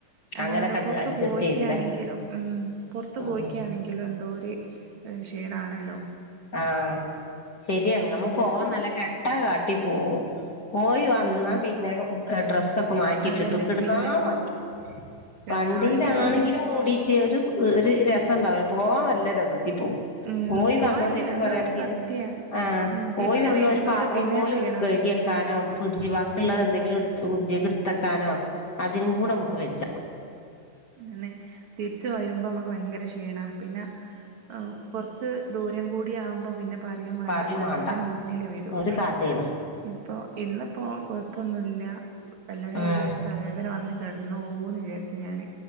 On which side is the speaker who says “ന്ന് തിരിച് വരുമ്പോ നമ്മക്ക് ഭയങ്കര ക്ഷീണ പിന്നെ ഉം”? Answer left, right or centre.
Right